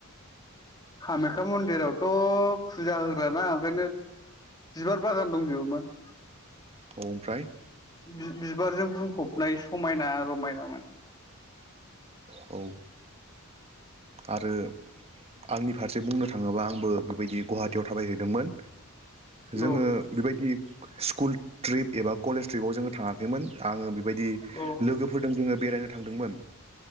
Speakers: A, on the left; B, on the right.
A: कामाख्या मन्दिरावथ' फुजा होग्राना ओंखायनो बिबार बागान दंजोबोमोन।
B: औ ओमफ्राय?
A: बि -बिबारजों बुंफबनाय समायना रमायनामोन।
B: औ। आरो आंनि फारसे बुंनो थाङोबा आंबो बेबायदि गुवाहाटीयाव थाबायहैदोंमोन
A: औ
B: जोङो बेबायदि स्कुल ट्रिप एबा कलेज ट्रिपआव जोङो थाङाखैमोन आङो बि बायदि
A: औ
B: लोगोफोरदों जोङो बेरायनो थांदोंमोन।